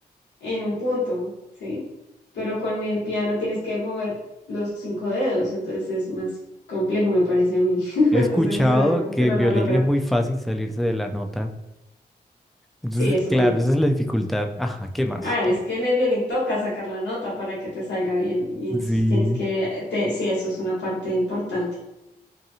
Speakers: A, on the left; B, in the centre.
A: en un punto, ¿sí? Pero con el piano tienes que mover los cinco dedos, entonces es más complejo, me parece a mí. <laughs>
B: He escuchado
A: No sé, mi cerebro como
B: que
A: que no
B: en
A: lo
B: violín
A: logra.
B: es muy fácil salirse de la nota. Entonces,
A: Sí, eso
B: claro,
A: también.
B: esa es la dificultad. Ajá, ¿qué más?
A: Ah,
B: ¿Qué
A: es que en el violín toca sacar la nota para que te salga bien. Y
B: más?
A: entonces
B: Sí.
A: tienes que, te- sí, eso es una parte importante.